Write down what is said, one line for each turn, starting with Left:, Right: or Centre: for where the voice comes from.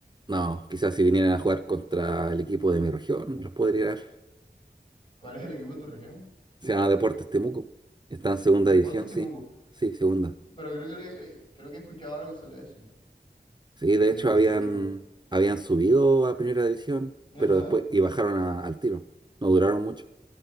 Right: No, quizás si vinieran a jugar contra el equipo de mi región, los podría dar.
Left: ¿Cuál es el equipo de tu región?
Right: Se llama Deportes Temuco. Está en segunda
Left: Deportes
Right: división,
Left: Temuco.
Right: sí. Sí, segunda.
Left: Pero creo que, le- eh, creo que he escuchado algo sobre eso,
Right: Sí,
Left: de,
Right: de hecho
Left: de
Right: habían,
Left: ese equipo.
Right: habían subido a primera división,
Left: Ajá,
Right: pero después y bajaron a- al tiro. No duraron mucho.